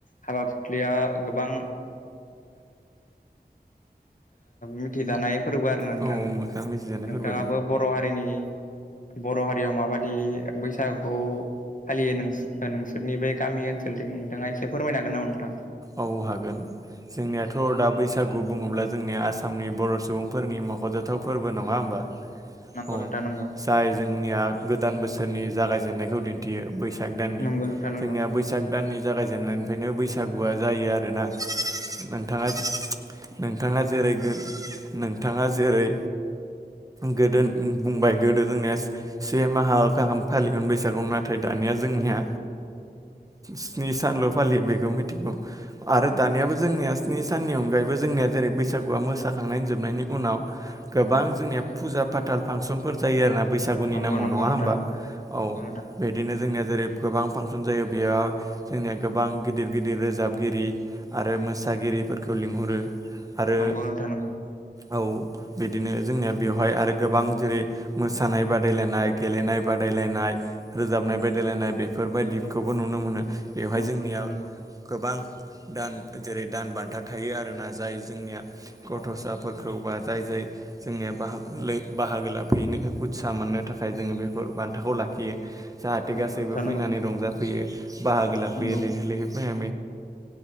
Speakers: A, on the left (about 50°); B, on the right (about 20°).
A: हाबा फुख्रिया गोबां मिथिजानाय फोरबो आरो नोंथां
B: औ मोजां मिथिजानाय
A: नोंथाङाबो
B: फोरबो
A: बर' हारिनि बर' हारियाव माबा बे बैसागुखौ फालियो नों नोंसोरनि बे गामि ओनसोलथिं नोंथाङा एसे फोरमायनो हागोन नामा नोंथा?
B: औ हागोन। जोंनियाथ' दा बैसागु बुङोब्ला जोंनिया आसामनि बर' सुबुंफोरनि मख'जाथाव फोरबो नङा होमबा।
A: नंगौ
B: औ
A: नोंथां नंगौ
B: जाय जोंनिया गोदान बोसोरनि जागायजेननायखौ दिन्थियो बैसा बैसाग दाननि
A: नंगौ नोंथां नंगौ
B: जोंनिया बैसाग दाननि जागायजेननायनिफ्रायनो बैसा आ जायो आरोना नोंथाङा नोंथाङा जेरै- गो नोंथाङा जेरै गोदो बुंबाय गोदो जोंनिया से माहा गाहाम फालियो बैसागु नाथाय दा दानिया जोंनिया स्नि सानल' फालियो बेखौ मि थिगौ आरो दानियाबो जोंनिया स्नि साननि अनगायैबो जोंनिया जेरै बैसागुआ मोसाखांनाय होन जोबनायनि उनाव गोबां जोंनिया फुजा फाथाल फांसनफोर जायो आरोोना बैसागुनि
A: नंगौ
B: नामाव
A: नोंथां
B: नङा होमबा
A: नंगौ
B: औ
A: नंगौ
B: बिदिनो जोंनिया जेरै गोबां फांसन जायो बेयाव जोंनिया गोबां गिदिर गिदिर रोजाबगिरि आरो मोसागिरिफोरखौ लिंहरो। आरो
A: नंगौ नोंथां नंगौ
B: औ बिदिनो जोंनिया बेवहाय आरो गोबां जेरै मोसानाय बादायलायनाय गेलेनाय बादायलायनाय रोजाबनाय बादायलायनाय बेफोरबायदिखौबो नुनो मोनो। बेवहाय
A: नंगौ
B: जोंनिया
A: नोंथां नंगौ।
B: गोबां दान जेरै दान बान्था थायो आरोना जाय जोंनिया
A: नोंथां
B: गथ'साफोरखौ
A: नंगौ
B: खौ बा जाय जाय जोंनिया बाहागो बाहागो लाफैनो उत्सा मोननो थाखाय जोङो बेफोर बान्थाखौ लाखियो जाहाथे
A: नंगौ
B: गासैबो
A: नोंथां
B: फैनानै
A: नंगौ
B: रंजाफैयो। बाहागो लाफैयो
A: नंगौ
B: लैहोर लैहोर फैयो